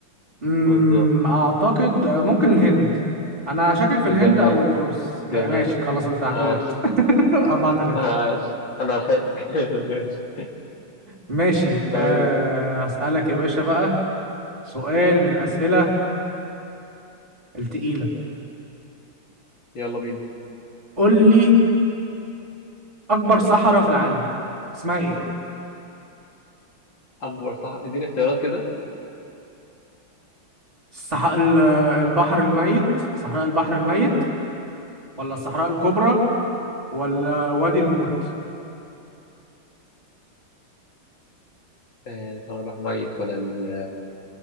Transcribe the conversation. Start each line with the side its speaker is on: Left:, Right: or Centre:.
Right: أمم،
Left: بالظبط
Right: أعتقد آه، ممكن الهند أنا شاكك في
Left: جمالك
Right: الهند أو الفرس
Left: جمالك
Right: ما- ماشي خلاص أنت جاوبت
Left: عاش
Right: <laughs> أربعة تلاتة
Left: عاش انا لحقتك <laughs> ماشي
Right: ماشي
Left: طيب
Right: أه هسألك يا باشا بقى سؤال من الأسئلة التقيلة
Left: يلا بينا
Right: قول لي اكبر صحراء في العالم اسمها ايه
Left: اكبر صح اديني اختيارات كده
Right: الصح... ال- البحر الميت صحراء البحر الميت ولا الصحراء الكبرى ولا وادي الموت
Left: آه، صوابع ميت ولا ال...